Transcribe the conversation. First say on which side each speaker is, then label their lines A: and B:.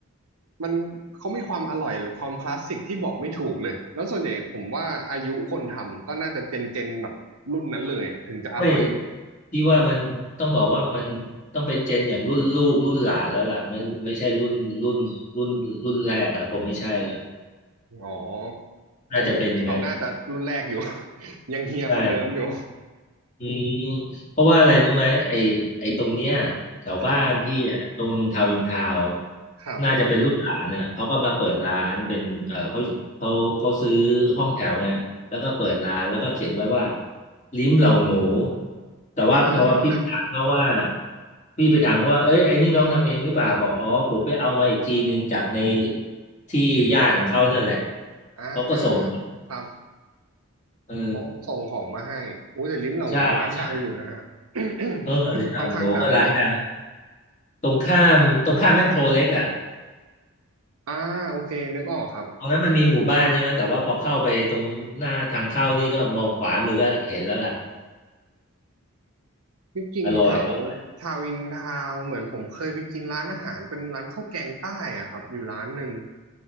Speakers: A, on the right (about 85°); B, on the left (about 35°).
A: มันเขามีความอร่อยและความคลาสสิกที่บอกไม่ถูกเลยแล้วส่วนใหญ่ผมว่าอายุคนทำก็น่าจะเจนเจนแบบรุ่นนั้นเลยอ่ะถึงจะอร่อย
B: เฮ้ยที่ว่ามันต้องบอกว่ามันต้องเป็นเจนอย่างรุ่นลูกรุ่นหลานแล้วล่ะไม่ไม่ใช่รุ่นรุ่นรุ่นรุ่นแรกอ่ะผมไม่ใช่แล้ว
A: อ๋อ
B: น่าจะเป็นงั้นอะ
A: ของผมนี่เขาน่าจะรุ่นแรกอยู่ <laughs> ยังเฮียคนเดิมอยู่
B: ใช่ อืมเพราะว่าอะไรรู้ไหมไอ้ไอ้ตรงเนี้ยแถวบ้านพี่อ่ะตรงทาวินทาว
A: ครับครับ
B: น่าจะเป็นลูกหลานเนี่ยเขาก็มาเปิดร้านเป็นเออเขาเขาเขาซื้อห้องแถวไงแล้วก็เปิดร้านแล้วก็เขียนไว้ว่าลิ้มเหล่าโง่แต่ว่าเพราะว่าพี่ไปถามเขาว่า
A: อ่า
B: พี่ไปถามเขาว่าเอ้ยไอ้นี่น้องทำเองหรือเปล่าบอกอ๋อผมไปเอามาอีกทีนึงจากในที่ญาติของเขานั่นแหละ
A: อ่าอ่า
B: เขาก็ส่ง
A: ครับ
B: เออ
A: เขาส่งของมาให้อู้แต่ลิ้มเหล่าหมูร้านดังอยู่นะฮะ
B: ใช่ใช่
A: <coughs>
B: เออเลยทางโง่ก็ร้านดัง
A: ค่อนข้างดังเลย
B: ตรงข้ามตรงข้ามแมคโครเล็กอ่ะ
A: อ่าโอเคนึกออกครับ
B: ตรงนั้นมันมีหมู่บ้านใช่ไหมแต่ว่าพอเข้าไปตรงหน้าทางเข้านี่ก็มองขวามือก็เห็นแล้วล่ะ
A: ที่จริงๆแถว
B: อร่อยอร่อย
A: ทาวินทาวน์เหมือนผมเคยไปกินร้านอาหารเป็นร้านข้าวแกงใต้อะครับอยู่ร้านหนึ่ง